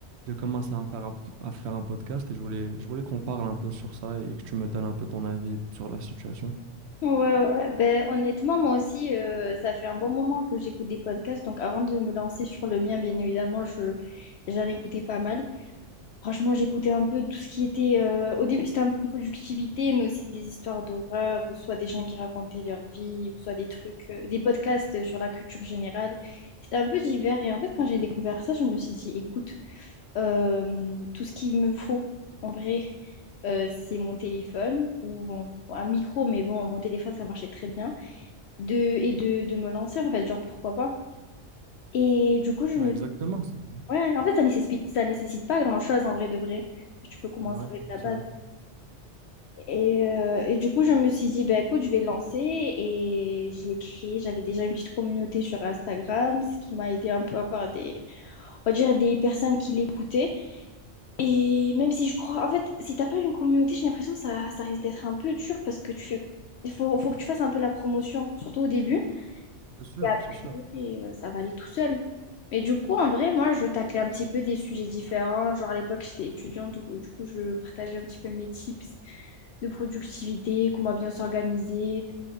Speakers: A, on the right; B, on the left.
A: de commencer à faire un, à faire un podcast. Et je voulais, je voulais qu'on parle un peu sur ça et que tu me donnes un peu ton avis sur la situation.
B: ouais, ouais. ouais. Ben, honnêtement, moi aussi, euh, ça fait un bon moment que j'écoute des podcasts. Donc, avant de me lancer sur le mien, bien évidemment, je j'en écoutais pas mal. Franchement, j'écoutais un peu tout ce qui était. euh, au début, c'était un peu productivité, mais aussi des histoires d'horreur, ou soit des gens qui racontaient leur vie, ou soit des trucs, euh, des podcasts sur la culture générale. C'était un peu divers. Et en fait, quand j'ai découvert ça, je me suis dit, écoute. Euh, tout ce qu'il me faut, en vrai, euh, c'est mon téléphone ou bon, un micro, mais bon, mon téléphone, ça marchait très bien. De, et de, de me lancer, en fait, genre, pourquoi pas. Et du coup, je
A: Ben,
B: me...
A: exactement, c'est
B: Ouais, en fait, ça nécessite, ça nécessite pas grand-chose, en vrai, de vrai. Tu peux commencer
A: c'est vrai,
B: avec la
A: c'est
B: base.
A: vrai.
B: Et, euh, et du coup, je me suis dit, bah, écoute, je vais lancer. Et je l'ai créé. J'avais déjà une petite communauté sur Instagram, ce qui m'a aidé un peu à avoir des, on va dire, des personnes qui l'écoutaient. Et même si je crois, en fait, si t'as pas une communauté, j'ai l'impression que ça, ça risque d'être un peu dur parce que tu fais, il faut, faut que tu fasses un peu la promotion, surtout au début.
A: C'est sûr,
B: Et après,
A: c'est sûr.
B: euh, ça va aller tout seul. Mais du coup, en vrai, moi, je taclais un petit peu des sujets différents. Genre, à l'époque, j'étais étudiante, du coup, du coup, je partageais un petit peu mes tips de productivité, comment bien s'organiser,